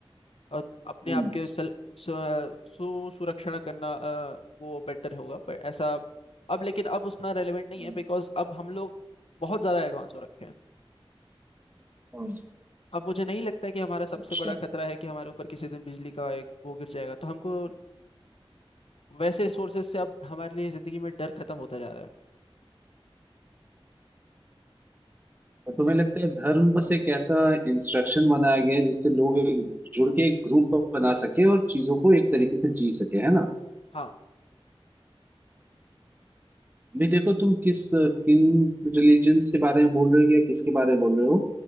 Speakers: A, on the left; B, on the right.
A: और अपने
B: हम्म
A: आप के सेल सु- सु- सुरक्षण करना अ, वो बेटर होगा पर ऐसा अब लेकिन अब उतना रेलेवेंट नहीं
B: हम्म,
A: है बिकॉज अब हम लोग बहुत ज़्यादा एडवांस हो रखे हैं
B: हम्म,
A: अब मुझे नहीं लगता है कि हमारा सबसे
B: अच्छा
A: बड़ा खतरा है कि हमारे ऊपर किसी दिन बिजली का एक वो गिर जाएगा तो हमको वैसे सोर्सेज से अब हमारे लिए ज़िंदगी में डर खत्म होता जा रहा है
B: तो तुम्हें लगता है धर्म बस एक ऐसा इंस्ट्रक्शन बनाया गया है जिससे लोग एक जुड़ के एक ग्रुप बना सके और चीजों को एक तरीके से जी सके है ना
A: हाँ
B: भी देखो तुम किस किन रिलीजन्स के बारे में बोल रहे हो या किसके बारे में बोल रहे हो